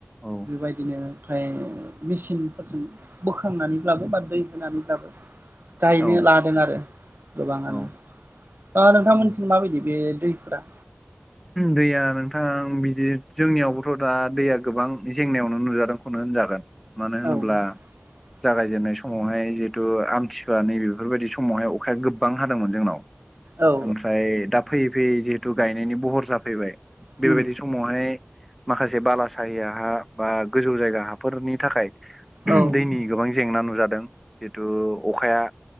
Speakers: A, in the centre; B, on the right.
A: औ
B: बेबायदिनो। ओमफ्राय मेसिनफोरजों बोखांनानैब्लाबो बा दै होनानैब्लाबो। गायनो
A: औ
B: लादों आरो गोबाङानो।
A: औ
B: दा नोंथांमोनथिं
A: उम
B: माबायदि बे दैफोरा।
A: दैया नोंथां बिदि जोंनियावबोथ' दा दैया गोबां जेंनायावनो नुजादों खौनो होनजागोन। मानो होनोब्ला।
B: औ <inaudible>
A: जागायजेननाय समावहाय जिहेतु आमथिसुवा नैबेफोरबायदि समावहाय अखाया गोबां हादोंमोन जोंनाव।
B: औ
A: ओमफ्राय दा फैयै-फैयै जिहेथु गायनायनि बहर जाफैबाय बेबायदि
B: उम
A: सम समावहाय माखासे बाला साहिया हा बा गोजौ जायगा हाफोरनि थाखाय।
B: औ उम
A: दैनि गोबां जेंना नुजादों जिहेतु अखाया।